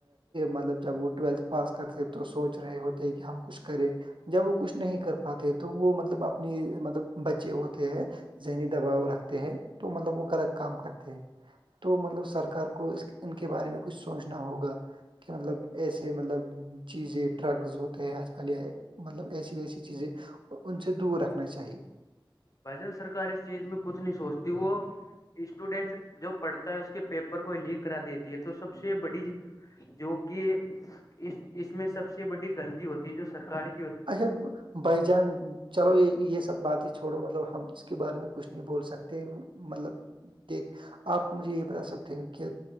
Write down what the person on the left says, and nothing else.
بھجن سرکار اس چیز میں کچھ نہیں سوچتی وہ اسٹوڈینٹ جو پڑھتا ہے اس کے پیپر کو لیک کرا دیتی ہے تو سب سے بڑی جو کہ اس اس میں سب سے بڑی غلطی ہوتی ہے جو سرکاری